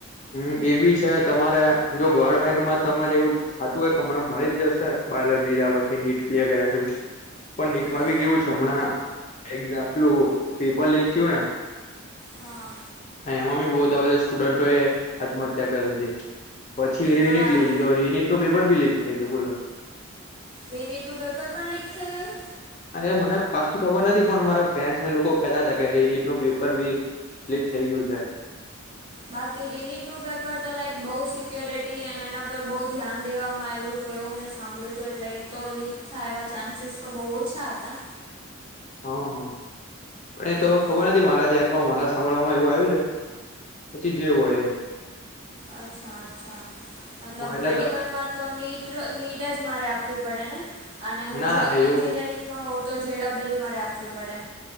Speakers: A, on the left; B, on the right.
A: હમ એ બી છે તમારે જો ગવર્મેન્ટ માં તમારે એવું થતું હોય કે મને મળી જ જશે બાયોલોજી લીધા પછી, નીટ ક્લિયર કર્યા પછી, પણ નીટમાં
B: હા
A: બી કેવું છે હમણાં એક્ઝામ્પલું પેપર લીક થયું ને?
B: હા.
A: એમાં બી બઉ વધા બધા સ્ટુડન્ટો એ આત્મહત્યા કર દીધી. પછી
B: હા
A: રિનીટ લીધી તો રિનીટનું પેપર બી લીક થઈ ગયુ બોલો.
B: રિનીટનું પેપર પણ લીક થઈ ગયું?
A: અને મને પાકી ખબર નથી, પણ મારા ફ્રેન્ડ્સને લોકો કહેતા હતા કે, રિનીટનું પેપર બી લીક થઈ ગયું છે.
B: બાકી રિનીટનું પેપર તો લાઈક બઉ સિક્યોરિટી અને એના પર બઉ ધ્યાન દેવામાં આયવું તો એવું મેં સાંભળ્યું તું, એટલે એ તો લીક થાય એવા ચાન્સીસ તો બઉ ઓછા હતા.
A: હમ, હમ, પણ એ તો
B: એટલે
A: ખબર નથી, મારા ધ્યાનમાં મારા સાંભળવામાં એવું આયું છે, પછી જેવ હોય એ.
B: અચ્છા, અચ્છા, મતલબ
A: એ
B: મેડિકલમાં
A: એટલે
B: તો નીટ ટ્ર નીટ જ મારે આપવી પડે ને, અને હું
A: ના
B: જે
A: એવું
B: એન્જિનિયરિંગમાં હોઉં તો ઝેડબલયુ મારે આપવી પડે.